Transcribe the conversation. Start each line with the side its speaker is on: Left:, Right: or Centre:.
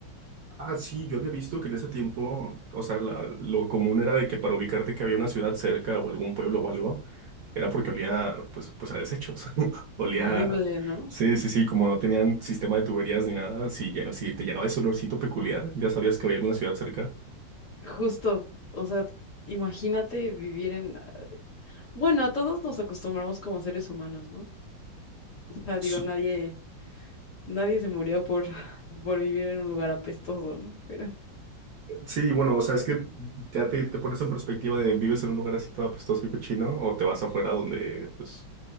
Right: Ah, sí, yo había visto que en ese tiempo, o sea, la- lo común era de que para ubicarte que había una ciudad cerca o algún pueblo o algo, era porque olía, pues, pues a desechos. <laughs> Olía,
Left: horrible, ¿no?
Right: sí, sí, sí, como no tenían sistema de tuberías ni nada, si, ya- si te llegaba ese olorcito peculiar, ya sabías que había alguna ciudad cerca.
Left: Justo, o sea, imagínate vivir en... Bueno, a todos nos acostumbramos como seres humanos, ¿no? O sea,
Right: Su-
Left: digo, nadie, nadie se murió por, <laughs> por vivir en un lugar apestoso, ¿no? Pero
Right: Sí, bueno, o sea, es que ya te, te pones en perspectiva de vives en un lugar así todo apestoso y cochino, o te vas afuera donde, pues,